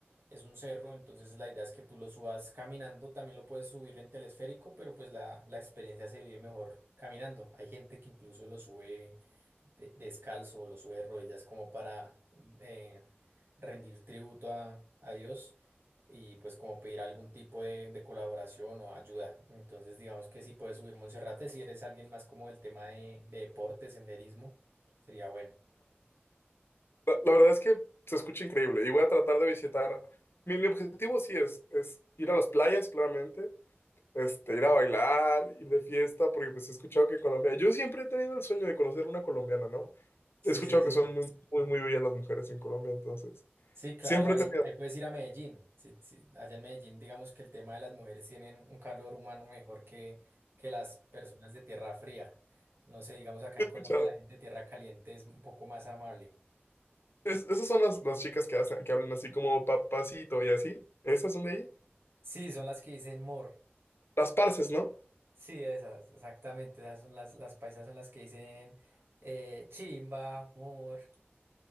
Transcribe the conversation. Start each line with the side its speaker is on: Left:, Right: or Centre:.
Right: Es un cerro, entonces la idea es que tú lo subas caminando, también lo puedes subir en telesférico, pero pues la, la experiencia se vive mejor caminando. Hay gente que incluso lo sube de- descalzo, lo sube de rodillas como para eh, rendir tributo a, a Dios y pues como pedir algún tipo de, de colaboración o ayuda. Entonces digamos que si puedes subir Monserrate, si eres alguien más como el tema de, de deporte, senderismo, sería bueno.
Left: La, la verdad es que se escucha increíble y voy a tratar de visitar. Mi, mi objetivo sí es, es ir a las playas, claramente, este, ir a bailar, ir de fiesta, porque pues he escuchado que Colombia, yo siempre he tenido el sueño de conocer una colombiana, ¿no?
Right: Sí,
Left: He escuchado
Right: sí,
Left: que son
Right: sí.
Left: muy, muy, muy bellas las mujeres en Colombia, entonces,
Right: Sí, claro,
Left: siempre
Right: ahí,
Left: he tenido,
Right: ahí puedes ir a Medellín. Sí, sí, Allá en Medellín, digamos que el tema de las mujeres tienen un calor humano mejor que, que las personas de tierra fría. No sé, digamos acá
Left: he
Right: en
Left: escuchado.
Right: Colombia la gente de tierra caliente es un poco más amable.
Left: Es- esas son las, las chicas que hacen, que hablan así como papacito y así, esas son de ahí.
Right: Sí, son las que dicen mor.
Left: Las parces, ¿no?
Right: Sí, esas, exactamente. Esas son las, las paisas son las que dicen eh, chimba, mor.